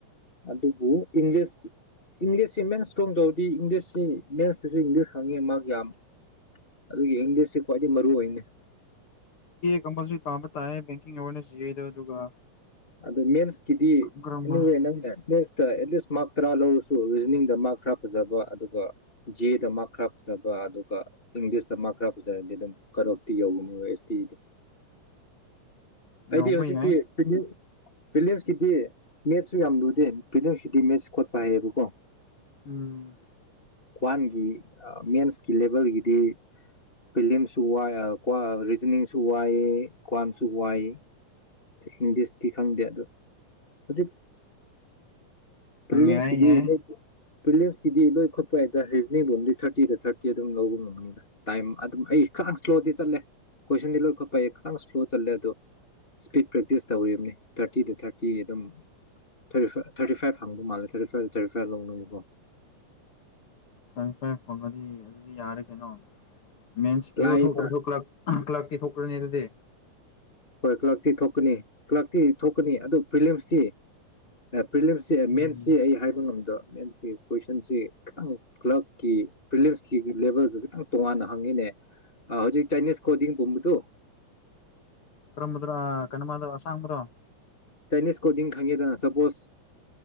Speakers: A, on the left; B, on the left.
A: ꯑꯗꯨꯕꯨ ꯏꯪꯂꯤꯁ ꯏꯪꯂꯤꯁꯁꯤ ꯃꯦꯟꯁꯇꯣꯡ ꯇꯧꯔꯗꯤ ꯏꯪꯂꯤꯁꯁꯤ ꯃꯦꯟꯁꯇꯁꯨ ꯏꯪꯂꯤꯁ ꯍꯪꯉꯤ ꯃꯥ ꯌꯥꯝ ꯑꯗꯨ ꯌꯦꯡꯗꯦ ꯁꯤ ꯈ꯭ꯋꯥꯏꯗꯒꯤ ꯃꯔꯨ ꯑꯣꯏꯅꯤ
B: ꯀꯝꯄꯁ ꯄꯥ ꯑꯃ ꯑꯣꯏꯅ ꯁꯤꯖꯩꯗꯣ ꯑꯗꯨꯒ
A: ꯑꯗꯨ ꯃꯦꯟꯦꯟꯁ ꯀꯗꯤ
B: ꯒ꯭ꯔꯃꯔ
A: ꯅꯤꯡꯉꯦ ꯅꯪꯗ ꯅꯦꯛꯁꯇ ꯑꯦꯠꯂꯤꯁ ꯃꯥꯔꯛ ꯇꯔꯥ ꯂꯧꯔꯁꯨ ꯔꯤꯖꯅꯤꯡꯗ ꯃꯥꯔꯛ ꯈꯔ ꯐꯖꯕ ꯑꯗꯨꯒ ꯖꯦꯗ ꯃꯥꯔꯛ ꯈꯔ ꯐꯖꯕ ꯑꯗꯨꯒ ꯏꯪꯂꯤꯁꯇ ꯃꯥꯔꯛ ꯈꯔ ꯐꯖꯔꯗꯤ ꯑꯗꯨꯝ ꯀꯠ ꯑꯣꯐꯇꯤ ꯌꯧꯒꯅꯤ ꯑꯦꯁ ꯇꯤꯗꯤ
B: ꯌꯥꯎꯕ
A: ꯑꯩꯗꯤ ꯍꯧꯖꯤꯛꯀꯤ
B: ꯌꯥꯏ
A: ꯤꯂꯤꯌꯝꯁꯀꯤꯗꯤ ꯃꯦꯠꯁꯁꯨ ꯌꯥꯝ ꯂꯨꯗꯦ ꯤꯂꯤꯌꯝꯁꯀꯤꯗꯤ ꯃꯦꯠꯁ ꯈꯣꯠꯄ ꯍꯥꯏꯌꯦꯕꯀꯣ
B: ꯎꯝ
A: ꯀ꯭ꯋꯥꯟꯒꯤ ꯃꯦꯟꯁꯀꯤ ꯂꯦꯚꯦꯜꯒꯤꯗꯤ ꯐꯤꯂꯤꯝꯁꯨ ꯋꯥꯏ ꯔꯤꯖꯅꯤꯡꯁꯨ ꯋꯥꯏꯑ ꯀ꯭ꯋꯥꯟꯁꯨ ꯋꯥꯏ ꯏꯪꯂꯤꯁꯇꯤ ꯈꯗꯤꯗ ꯍꯧꯖꯤ ꯐꯤꯌꯝꯁꯀꯤꯗꯤ
B: ꯌꯥꯏ ꯌꯥꯏ
A: ꯐꯤꯌꯝꯁ ꯀꯗꯤ ꯂꯣꯏ ꯈꯣꯠꯄꯩꯗ ꯔꯤꯖꯅꯤꯡꯕꯨ ꯑꯣꯝꯂꯤ ꯊꯥꯔꯇꯤꯗ ꯊꯥꯔꯇꯤ ꯑꯗꯨꯝ ꯂꯧꯕ ꯉꯝꯒꯅꯤꯗ ꯇꯥꯏꯝ ꯑꯗꯨꯝ ꯑꯩ ꯈꯤꯇꯪ ꯏꯁ꯭ꯂꯣꯗꯤ ꯆꯠꯂꯦ ꯀꯣꯏꯁꯟꯗꯤ ꯂꯣꯏ ꯈꯣꯠꯄ ꯈꯤꯇꯪ ꯏꯁ꯭ꯂꯣ ꯆꯠꯂꯦ ꯑꯗꯣ ꯏꯁꯄꯤꯠ ꯄ꯭ꯔꯦꯛꯇꯤꯁ ꯇꯧꯔꯤꯕꯅꯤ ꯊꯥꯔꯇꯤꯗ ꯊꯥꯔꯇꯤ ꯑꯗꯨꯝ ꯊꯥꯔꯇꯤꯚ ꯊꯥꯔꯇꯤ ꯐꯥꯏꯚ ꯍꯪꯕ ꯃꯥꯜꯂꯦ ꯊꯥꯔꯇꯤ ꯐꯥꯏꯚꯇ ꯊꯥꯔꯇꯤ ꯐꯥꯏꯚ ꯂꯧꯅꯕꯀꯣ
B: ꯐꯔ ꯐꯥꯏ ꯐꯪꯉꯗꯤ ꯑꯗꯨꯗꯤ ꯌꯥꯔꯦ ꯀꯩꯅꯣ ꯃꯦꯟꯁ ꯄꯌꯣ
A: ꯂꯥꯏꯕ
B: ꯊ ꯊꯣꯛꯣꯛꯀꯔꯥ ꯊꯣꯛꯀ꯭ꯔꯥ ꯀ꯭ꯂꯀꯤ ꯊꯣꯛꯈ꯭ꯔꯅꯦ ꯑꯗꯨꯗꯤ
A: ꯍꯣꯏ ꯀ꯭ꯂꯛꯇꯤ ꯊꯣꯛꯀꯅꯤ ꯀ꯭ꯂꯛꯇꯤ ꯊꯣꯛꯀꯅꯤ ꯑꯗꯨ ꯐꯤꯂꯤꯝꯁꯁꯤ ꯐ꯭ꯂꯝꯁꯤ
B: ꯎꯝ
A: ꯃꯦꯟꯁꯤ ꯑꯩ ꯍꯥꯏꯕ ꯉꯝꯗ ꯃꯦꯟꯁꯤ ꯀꯣꯏꯁꯟꯁꯤ ꯈꯤꯇꯪ ꯀ꯭ꯂꯛꯀꯤ ꯐꯤꯂꯤꯞꯀꯤ ꯂꯦꯚꯦꯜꯒ ꯈꯤꯇꯪ ꯇꯣꯡꯉꯥꯟꯅ ꯍꯪꯉꯤꯅꯦ ꯍꯧꯖꯤꯛ ꯆꯥꯏꯅꯤꯁ ꯀꯣꯗꯤꯡꯒꯨꯝꯕꯗꯨ
B: ꯀꯔꯝꯕꯗꯣ ꯀꯩꯅꯣꯃꯗꯣ ꯑꯁꯥꯡꯕꯗꯣ
A: ꯆꯥꯏꯅꯤꯁ ꯀꯣꯗꯤꯡ ꯈꯪꯉꯤꯗꯅ ꯁꯄꯣꯁ